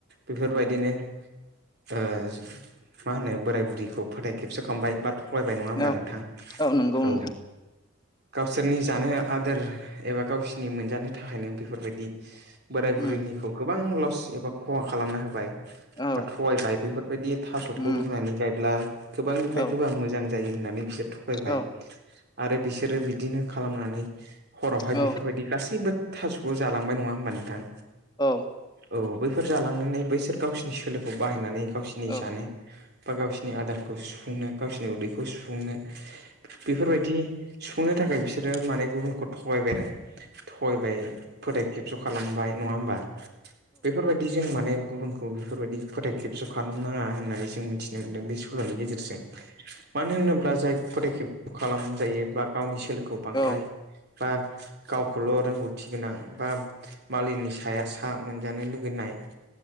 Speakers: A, on the right; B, on the left.
A: बेफोरबायदिनो ओ मा होनो बोराय बुरिखौ फोथाय खेबस खामबाय बा थगायबाय नङा ओमबा
B: औ
A: नोंथां
B: नंगौ नोंथां
A: औ सोरनि जानो आदोर एबा गावसोरनि मोनजानो थाखायनो बेफोरबायदि बोराय बुरैनिखौ
B: उम
A: गोबां लस एबा खहा खालामना होबाय।
B: औ
A: बा थगायबाय बेफोरबायदि थास'खौ
B: उम
A: रुनानै गायोब्ला गोबांनिफ्राय
B: औ
A: गोबां मोजां जायो होननानै बिसोर थगायबाय
B: औ
A: आरो बिसोरो बिदिनो खालामनानै हरावहाय
B: औ
A: बेफोरबायदि गासैबो थास'खौ जालांबाय नङा ओमबा नोंथां?
B: औ
A: औ बैफोर जालांनानै बैसोर गावसिनि सोलोखौ बाहायनानै गावसिनि
B: औ
A: जानो बा गावसिरनि आदारखौ सुफुंनो गावसिरनि उदैखौ सुफुंनो बेफोरबायदि सुफुंनो थाखाय बिसोरो माने गुबुनखौ थगायबाय आरो थगायबाय फोथाय खेबस' खालामबाय नङा ओमबा बेफोरबायदि जों माने गुबुन खौ बेफोरबायदि फोथाय खेबस' खालामनाङा होननानै जों मिथिनो मोन्दों बे सल'नि गेजेरजों मानो होनोब्ला जाय फोथाइखेब खालामजायो बा गावनि सोलोखौ बांद्राय
B: औ
A: बा गावखौल' रोंगौथि गोनां बा मालिनि साया था मोनजानो लुुबैनाय